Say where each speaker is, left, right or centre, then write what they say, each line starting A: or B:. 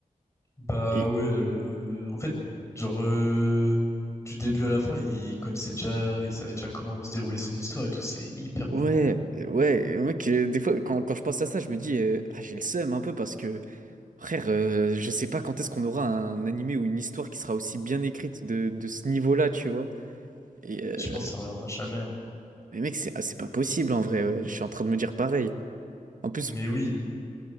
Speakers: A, on the left; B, on the right.
A: Bah
B: Et
A: ouais, le... en fait, genre, euh, du début à la fin, il connaissait déjà, il savait déjà comment se déroulait son histoire et tout, c'est hyper
B: ouais,
A: fort. hein.
B: ouais, mec, euh, des fois, quand, quand je pense à ça, je me dis, euh, ah, j'ai le seum un peu parce que, frère, euh, je sais pas quand est-ce qu'on aura un animé ou une histoire qui sera aussi bien écrite de, de ce niveau-là, tu vois. Et, euh,
A: Je pense que ça reviendra jamais. hein.
B: mais mec, c'est ah, c'est pas possible en vrai, ouais, je suis en train de me dire pareil. En plus,
A: Mais oui,